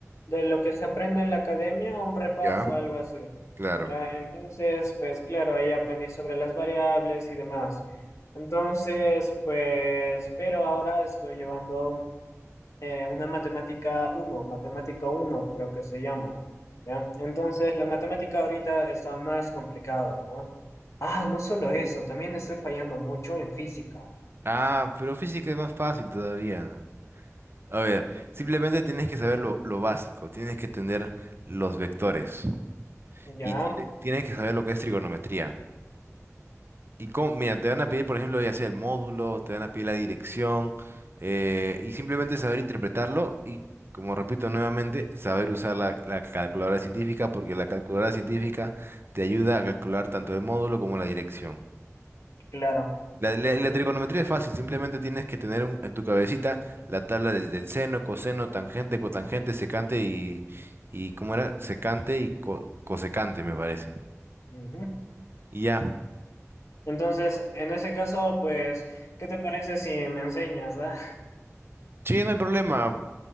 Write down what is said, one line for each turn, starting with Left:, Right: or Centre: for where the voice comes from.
Left: de lo que se aprende en la academia, un repaso,
Right: ya,
Left: algo así.
Right: claro.
Left: Ya, entonces, pues claro, ahí aprendí sobre las variables y demás. Entonces, pues, pero ahora estoy llevando eh, una matemática uno matemática uno creo que se llama. ¿ya? Entonces, la matemática ahorita está más complicada, ¿no? Ah, no solo eso, también estoy fallando mucho en física,
Right: Ah, pero física es más fácil todavía. A ver, simplemente tienes que saber lo, lo básico, tienes que tener los vectores.
Left: ¿ya?
Right: Y tienes, tienes que saber lo que es trigonometría. Y cómo- mira, te van a pedir, por ejemplo, ya sea el módulo, te van a pedir la dirección, eh, y simplemente saber interpretarlo y, como repito nuevamente, saber usar la, la calculadora científica, porque la calculadora científica te ayuda a calcular tanto el módulo como la dirección.
Left: Claro.
Right: La, la- la
Left: En-
Right: trigonometría es fácil, simplemente tienes que tener un- en tu cabecita la tabla del, del seno, coseno, tangente, cotangente, secante y, y ¿cómo era? Secante y co- cosecante, me parece.
Left: Ujú.
Right: Y ya.
Left: Entonces, en ese caso, pues, ¿qué te parece si me enseñas, ah?
Right: Sí, no hay problema.